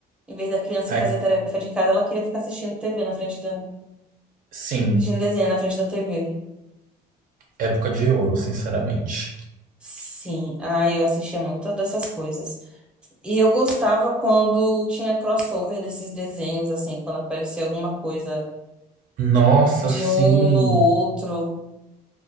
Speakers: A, in the centre; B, on the right.
A: Em vez da criança
B: Ai,
A: ir fazer a tarefa de casa, ela queria ficar assistindo TV na frente da.
B: sim,
A: Assistindo desenho na frente da TV.
B: época de ouro, sinceramente.
A: Sim, ah, eu assistia muitas dessas coisas. E eu gostava quando tinha crossover desses desenhos, assim, quando aparecia alguma coisa
B: Nossa,
A: de
B: sim.
A: um no outro.